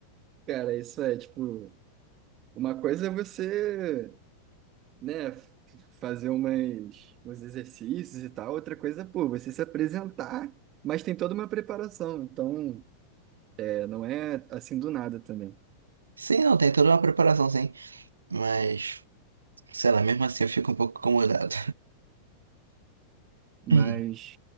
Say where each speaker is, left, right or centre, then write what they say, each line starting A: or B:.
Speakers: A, on the right; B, on the right.
A: Cara, isso é, tipo, uma coisa é você, né, f- fazer umas, uns exercícios e tal. Outra coisa, é, pô, você se apresentar, mas tem toda uma preparação. Então. Não é assim do nada também.
B: Sim, não, tem toda uma preparação, sim. Mas, sei lá, mesmo assim eu fico um pouco incomodado.
A: Mas,
B: Hum.